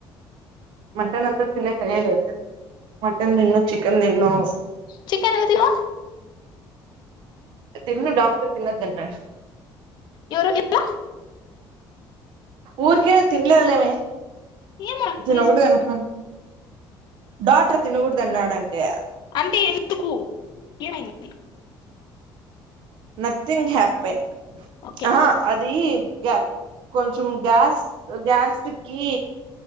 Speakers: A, on the right; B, on the left.
A: మటన్ అంత తినేకాయ్యలే అసలు మటన్ తిన్ను, చికెన్ తిన్ను.
B: చికెన్ అనేది తినవా?
A: తిన్ను డాక్టర్ తినద్దు అంటాడు.
B: ఎవరు ఎలా
A: ఊరుకేనా తినలేదులేమే.
B: ఏమో నాకు
A: దీను
B: రీజన్
A: ఒకటే
B: చెప్పు
A: అనుక డాక్టర్ తినకూడాదు వద్దున్నాడంటే
B: అంటే ఎందుకు ఏమైంది
A: నథింగ్ హ్యాపెన్
B: ఓకే
A: ఆ అది గ కొంచెం గ్యాస్ గ్యాస్ సుకి